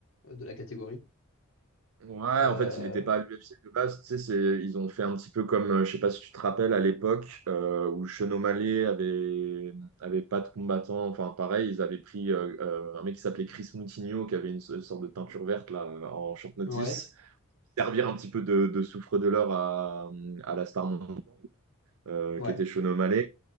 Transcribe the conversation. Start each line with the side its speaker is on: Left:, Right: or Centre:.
Left: euh, de la catégorie.
Right: ouais,
Left: Euh,
Right: en fait, il n'était pas à l'UFC de base. Tu sais, c'est- ils ont fait un petit peu comme, euh, je sais pas si tu te rappelles à l'époque euh, où Sean Malé avait avait pas de combattant. Enfin, pareil, ils avaient pris euh, euh, un mec qui s'appelait Chris Moutinho qui avait une, sorte de teinture verte là en short notice.
Left: ouais,
Right: servir un petit peu de, de souffre de l'or à, à la star montante, euh,
Left: ouais.
Right: qui était Sean O'Malley.